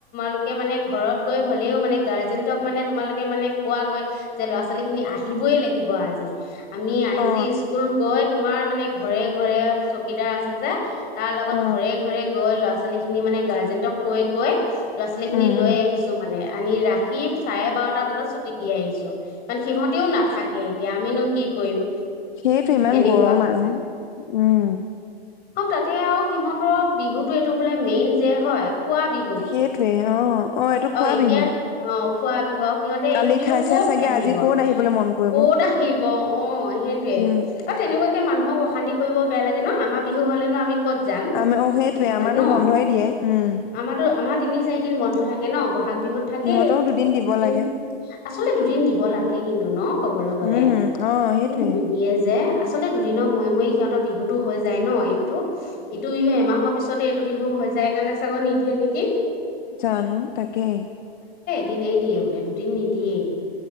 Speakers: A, on the left (about 30°); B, on the left (about 50°).
A: তোকে মানে ঘৰত গৈ হ'লেও মানে গাৰ্জেনটক মানে তোমালোকে মানে কোৱা গৈ যে, ল'ৰা ছোৱালী খিনি আহিবই লাগিব আজি আমি আইজি
B: অ
A: স্কুল গৈ তোমাৰ মানে ঘৰে, ঘৰে চকীদাৰ আছে যে তাৰ লগত
B: অ
A: ঘৰে, ঘৰে গৈ ল'ৰা ছোৱালী খিনি মানে গাৰ্জেনটক কৈ, কৈ ল'ৰা ছোৱালী খিনি
B: উম
A: লৈ
B: উম
A: আহিছো মানে আনি ৰা সি চাৰে বাৰটা বজাত ছুটি দি আহিছোঁ। কাৰণ সিহঁতেও নাথাকে এতিয়া আমিনো কি কৰিম?
B: সেইটোৱে ইমান
A: এনেকুৱা
B: গৰম
A: হৈছে
B: আৰু উম।
A: তাতে আৰু সিহঁতৰ বিহুতো এইটো বোলে মেইন যে, হয়, সুৱা বি
B: সেইটোৱে অ', অ', এইটো খোৱা
A: এতিয়া
B: বিহু
A: অ খোৱা বিহু সিহঁতে
B: কালি
A: এইটো বিহুত
B: খাইছে
A: ক'ত
B: চাগে
A: আহিব,
B: আজি ক'ত আহিবলৈ মন কৰিব
A: ক'ত আহিব অ', সেইটোয়ে
B: উম
A: আৰু তেনেকুৱা মানুহক অশান্তি কৰিব বয়া লাগে ন আমাৰ বিহু হ'লেনো আমি ক'ত যাম
B: আমি অ', সেইটোৱে
A: সেইটো
B: আমাৰো
A: গান ন
B: বন্ধই দিয়ে, উম।
A: আমাৰতো আমাৰ তিনি, চাৰি দিন বন্ধ থাকে ন? ব ব'হাগ বিহুত থাকেই
B: সিহঁতেও দুদিন দিব
A: কিন্তু
B: লাগে
A: আচলতে দুদিন দিব লাগে কিন্তু ন? কবলৈ গ'লে
B: উম অ সেইটোৱে
A: কিন্তু নিদিয়ে যে আচলতে দুদিনৰ মোয়ে, মোয়ে সিহঁতৰ বিহুটো হৈ যায় ন এইটো ইটো বিহু এমাহৰ পিছত এইটো বিহু হৈ যায়, কাৰণে চাগৈ নিদিয়ে নেকি?
B: জানো তাকে
A: দিনেই দিয়ে বোলে দুদিন নিদিয়েই